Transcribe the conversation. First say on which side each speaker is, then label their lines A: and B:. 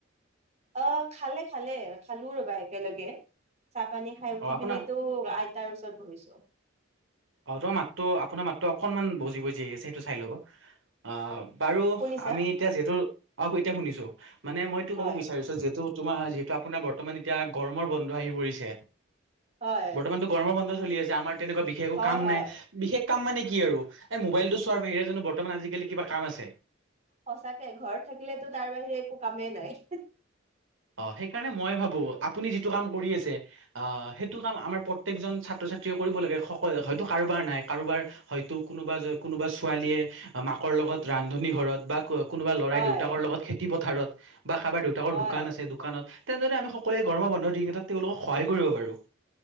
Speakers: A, on the right (about 35°); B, on the right (about 85°).
A: অ, খালে খালে, খালো ৰ'বা একেলগে। চাহ পানী খাই উঠি
B: অ আপোনাৰ
A: পিনেটো, আইতাৰ ওচৰত বহিছোঁ।
B: অ ত মাতটো আপোনাৰ মাতটো অকনমান বুজি বুজি আহি আছে সেইটো চাই ল'ব, আহ, বাৰু
A: শুনিছা
B: আমি এতিয়া যিহেতু, অ, এতিয়া শুনিছো, মানে মই এইটো
A: হয়
B: ক'ব বিচাৰিছো যিহেতু তোমাৰ যিহেতু আপোনাৰ বৰ্তমান এতিয়া গৰমৰ বন্ধ আহি পৰিছে,
A: হয়
B: বৰ্তমানতো গৰমৰ বন্ধ চলি আছে, আমাৰ তেনেকুৱা বিশেষ একো
A: হয়
B: কাম
A: হয়
B: নাই, বিশেষ কাম মানে কি আৰু, এ মোবাইলটো চোৱাৰ বাহিৰে জানো বৰ্তমান আজিকালি কিবা কাম আছে?
A: সঁচাকে, ঘৰত থাকিলেতো তাৰ বাহিৰে একো কামেই নাই।
B: অ, সেইকাৰণে মই ভাবো, আপুনি যিটো কাম কৰি আছে আহ, সেইটো কাম আমাৰ প্ৰত্যেকজন ছাত্ৰ ছাত্ৰীয়ে কৰিব লাগে সক হয়টু কাৰোবাৰ নাই, কাৰোবাৰ হইটো কোনোবা, কোনোবা ছোৱালীয়ে অ, মাকক ৰ লগত ৰান্ধনী ঘৰত, বা ক কোনোবা লৰাই
A: হয়
B: দেউতাকৰ লগত খেতি পথাৰত বা কাৰোবাৰ দেউতাকৰ
A: হয়
B: দোকান আছে দোকানত তেনেদৰে আমি সকলোৱে গৰমৰ বন্ধ দি এটা তেওঁলোকক সহায় কৰিব পাৰো